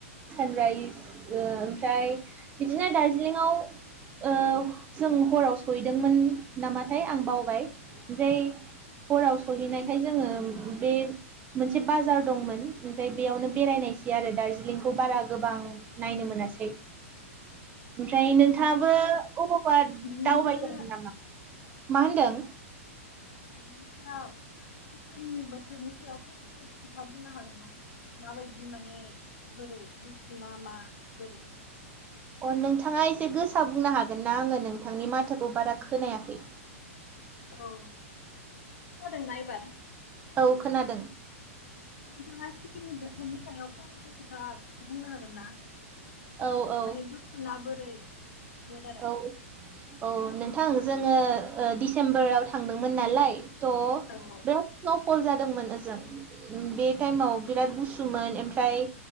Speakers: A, on the right; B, on the left.
A: सानराइज ओ ओमफ्राय बिदिनो दार्जिलिंआव ओ जों हराव सहैदोंमोन नामाथाय आं बावबाय ओमफ्राय हराव सौहैनायखाय जोङो बे मोनसे बाजार दंमोन ओमफ्राय बेयावनो बेरायनायसै आरो दार्जिलिंखौ बारा गोबां नायनो मोनासै ओमफ्राय नोंथाङाबो
B: नोंथाङा
A: अबावबा दावबायदोंमोन
B: नोंथाङा
A: नामा मा होनदों?
B: नोंथाङा सिक्किमनि बोथोरनि सायाव फंनैसो खोथा बुंनो हागोन ना? माबायदि माने बोरै गुसु ना मा बोरै?
A: अ नोंथाङा एसे गोसा बुंनो हागोन ना आङो नोंथांनि माथोखौ बारा खोनायाखै?
B: औ खोनादोंना एबार?
A: औ खोनादों।
B: नोंथाङा सिक्किमनि बोथोरनि सायाव फंनैसो खोथा बुंनो हागोन ना?
A: औ औ
B: माने गुसुना बोरै <unintelligible>
A: औ औ नोंथां जोङो दिडसेम्बराव थांदोंमोन नालाय थ'
B: औ औ
A: बिराथ स्न'फल जादोंमोन ओजों। बे टाइमाव बिराद गुसुमोन ओमफ्राय